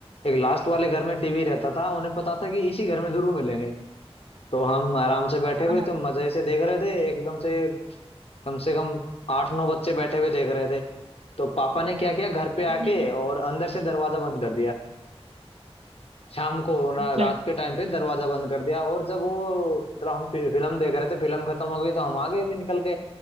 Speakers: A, on the left; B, on the right.
A: एक लास्ट वाले घर में टीवी रहता था उन्हें पता था कि इसी घर में जरूर मिलेंगे तो हम आराम से बैठे हुए
B: हाँ
A: थे मजे से देख रहे थे एकदम से कम से कम आठ नौ बच्चे बैठे हुए देख रहे थे तो पापा ने क्या किया घर पे
B: हम्म।
A: आके और अंदर से दरवाजा बंद कर दिया शाम को रा,
B: अच्छा
A: रात के टाइम पे दरवाजा बंद कर दिया और जब वो मतलब हम फि- फिल्म देख रहे थे फिल्म खत्म हो गई तो हम आ गए भी निकल के